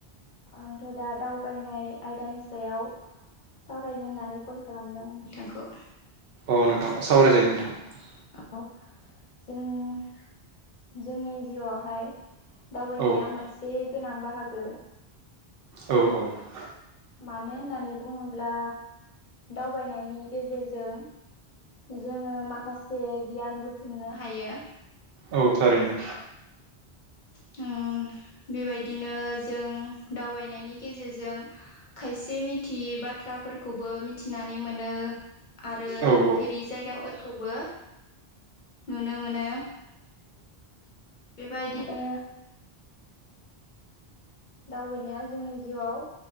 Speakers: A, on the left; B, on the right.
A: आंथ' दा दावबायनाय आयदानि सायाव सावरायनो होननानै कल खालामदों नोंथांखौ
B: औ नोंथां सावराय जायो नोंथां
A: औ जों जोंनि जिउआवहाय दावबायनाया
B: औ
A: मोनसे गोनां बाहागो
B: औ औ
A: माने होननानै बुङोब्ला दावबायनायनि गेजेरजों जोङो माखासे गियान बुथुमनो हायो
B: औ थारैनो
A: <unintelligible> उम बेबायदिनो जों दावबायनायनि गेजेरजों खायसे मिथियि बाथ्राफोरखौबो मिथिनानै मोनो आरो
B: औ
A: नुफेरि जायगाफोरखौबो नुनो मोनो बेबायदिनो दावबायनाया जोंनि जिउआव